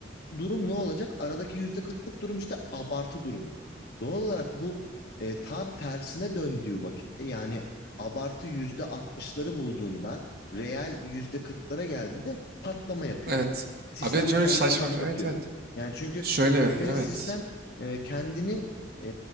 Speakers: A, on the left (about 50°); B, on the right (about 50°).
A: durum ne olacak? Aradaki yüzde kırklık durum işte abartı durumu. Doğal olarak bu e, tam tersine döndüğü vakitte yani abartı yüzde altmışları bulduğunda reel yüzde kırklara geldiğinde patlama yapıyor.
B: Evet.
A: Sistem
B: Abi şöyle
A: kendini
B: saçma.
A: patlatıyor.
B: Evet evet.
A: Yani çünkü
B: Şöyle
A: kapitalist
B: evet.
A: sistem e, kendini e,